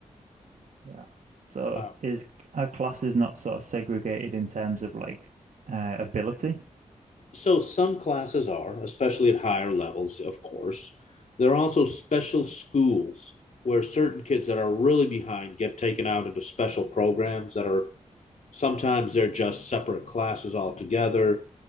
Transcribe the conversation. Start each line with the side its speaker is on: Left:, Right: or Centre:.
Right: Yeah. So
Left: Uh,
Right: is our classes not sort of segregated in terms of like uh, ability?
Left: So some classes are, especially at higher levels, of course. There are also special schools where certain kids that are really behind get taken out into special programs that are sometimes they're just separate classes altogether.